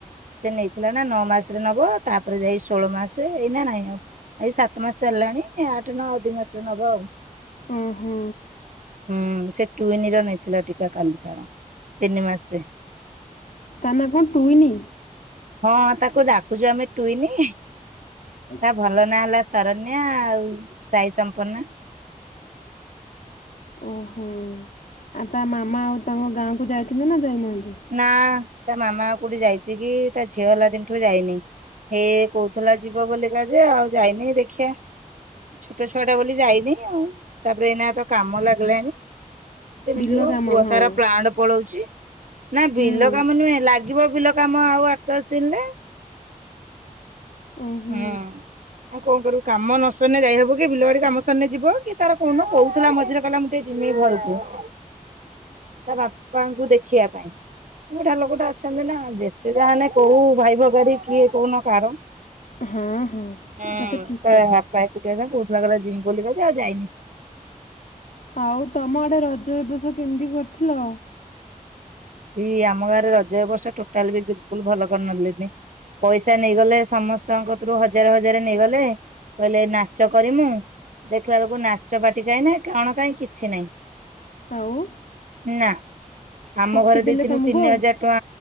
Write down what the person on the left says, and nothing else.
ଓ ହୋ।
ତା ନା କଣ ଟୁଇନି?
<unintelligible>
ଓହୋ ତା ମାମା ଆଉ ତାଙ୍କ ଗାଁ ଯାଇଥିଲେ ନା ଯାଇ ନାହାନ୍ତି?
ବିଲ
କାମ
ହଁ
ହୁଁ
ଓହୋ।
<unintelligible>
ହଁ ହଁ ସେଇଟା
ତ ଠିକ୍
କଥା।
ଆଉ ତମ ଆଡ଼େ ରଜ ଏ ବର୍ଷ କେମିତି କରିଥିଲ?
<unintelligible>
ଠକି
ଦେଲେ
ତମକୁ
ଆଉ।